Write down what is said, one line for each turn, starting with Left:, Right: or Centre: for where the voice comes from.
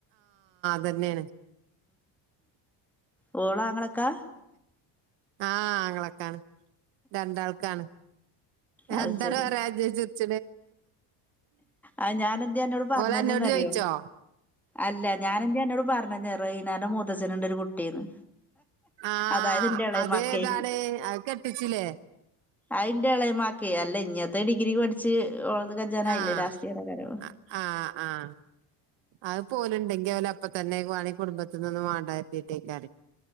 Right: തന്നെയാണ്
Centre: ഉ ഓള അങ്ങളൊക്കാ
Right: ആഹ ങ്ങളൊക്കൊണ് രണ്ടാൾക്കാണ്
Centre: അത്
Right: എന്താണ്
Centre: ശരി
Right: വേറെജച്ച
Centre: അത് ഞാനെന്തേ അന്നോട് പറഞ്ഞന്നേന്നറിയോ
Right: ഓലെ എന്നോട് ചോയിിച്ചോ
Centre: അല്ല ഞാനും ചേട്ടനോട് പറഞ്ഞ് <unintelligible> മൂത്തച്ഛന് ഉണ്ട് ഒരു കുട്ടീന്ന്
Right: ആ
Centre: അതായത് ഇന്റെ എളേമാക്കേ
Right: അതേതാണ് അത് കെട്ടിച്ചില്ലേ
Centre: അതിന്റെ ഇളയമാക്ക അല്ല ഇങ്ങത്തെ ഡിഗ്രി പഠിച്ചച്ച്
Right: ആഹ്
Centre: <unintelligible> ലാസ്റ്റ് ഇയർ <unintelligible>
Right: ആഹ് ആഹ് അത് പോല ഉണ്ടെങ്കി അവല അപ്പ തന്നെണ കുടുംബത്തി നിൊന്നും വേണ്ടട്ടീട്ടേക്കാണ